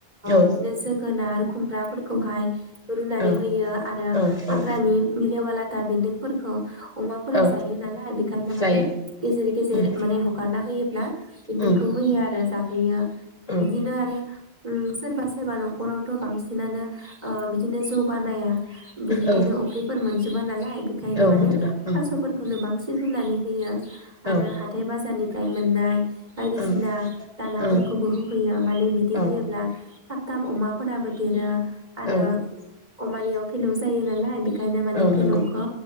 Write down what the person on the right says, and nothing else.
बिदिनो जोगोनार खुमब्रा फोरखौहाय रुनानै
होयो आरो
हाग्रानि लेव लेवा लाथा बेदों फोरखौ अमाफोरा
जायो नालाय बेखायनो
माने गेजेर गेजेर
माने हगारना होयो। बेफोरखौ
होयो आरो जा हैया
बिदिनो आरो उम सोरबा सोरबा नखरावथ‌ बांसिनानो‌ ओ बिदिनो जौ बानाया बेनिखायनो
अफ्रिफोर मोन जोबा नालाय बेखायनो
माने
थास'फोरखौनो बांसि ओ रुनानै होयो। आरो
हाथाय बाजारनिफ्राय मोननाय बायदिसिना
दानाफोरखौबो
होफैयो माने बिदि
होयोब्ला थाब थाब अमाफोराबो देरो आरो
अमानियाव फेलौ जायो नालाय बेखायनो माने
फेलौखो